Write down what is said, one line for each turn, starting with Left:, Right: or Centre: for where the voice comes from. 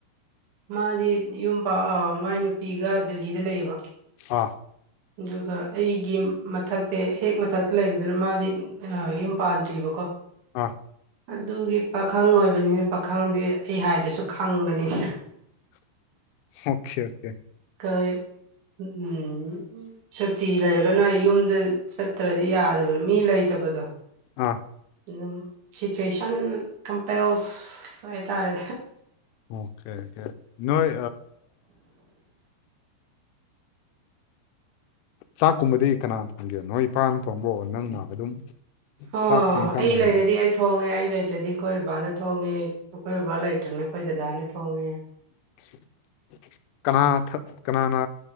Right: ꯃꯥꯗꯤ ꯌꯨꯝ ꯃꯥꯏ ꯅꯨꯄꯤꯒ ꯗꯤꯜꯍꯤꯗ ꯂꯩꯌꯦꯕ
Left: ꯑꯥ
Right: ꯑꯗꯨꯒ ꯑꯩꯒꯤ ꯃꯊꯛꯇ ꯍꯦꯛ ꯃꯊꯛꯇ ꯂꯩꯕꯗꯨꯅ ꯃꯥꯗꯤ ꯑ ꯌꯨꯝ ꯄꯥꯟꯗ꯭ꯔꯤꯕꯀꯣ
Left: ꯑꯥ
Right: ꯑꯗꯨꯒꯤ ꯄꯥꯈꯪ ꯑꯣꯏꯕꯅꯤꯅ ꯄꯥꯈꯪꯗꯤ ꯑꯩ ꯍꯥꯏꯗꯁꯨ ꯈꯪꯕꯅꯤꯅ
Left: <inaudible> <unintelligible> ꯑꯣꯀꯦ
Right: ꯩ <unintelligible> ꯁꯨꯇꯤ ꯂꯩꯔꯒꯅ ꯌꯨꯝꯗ ꯆꯠꯇ꯭ꯔꯗꯤ ꯌꯥꯗꯕꯗꯣ ꯃꯤ ꯂꯩꯇꯕꯗꯣ
Left: ꯑꯥ
Right: ꯑꯗꯨꯝ ꯁꯤꯆꯨꯋꯦꯁꯟ ꯀꯝꯄꯦꯜꯁ ꯍꯥꯏꯇꯥꯔꯦ
Left: ꯑꯣꯀꯦ ꯑꯣꯀꯦ ꯅꯣꯏ ꯆꯥꯛꯀꯨꯝꯕꯗꯤ ꯀꯅꯥ ꯊꯣꯡꯒꯦ ꯅꯣꯏ ꯏꯄꯥꯅ ꯊꯣꯡꯕꯑꯣ ꯅꯪꯅ ꯑꯗꯨꯝ
Right: ꯑꯥ
Left: ꯆꯥꯛ ꯌꯦꯟꯁꯥꯡꯒꯨꯝꯕꯗꯤ
Right: ꯑꯩ ꯂꯩꯔꯗꯤ ꯑꯩ ꯊꯣꯡꯉꯦ ꯑꯩ ꯂꯩꯇ꯭ꯔꯗꯤ ꯑꯩꯈꯣꯏ ꯕꯕꯥꯅ ꯊꯣꯡꯉꯦ ꯑꯩꯈꯣꯏ ꯕꯥꯕꯥ ꯂꯩꯇ꯭ꯔꯅ ꯑꯩꯈꯣꯏ ꯗꯗꯥꯅ ꯊꯣꯡꯉꯦ
Left: <inaudible> <unintelligible> ꯀꯅꯥꯅ ꯀꯅꯥꯅ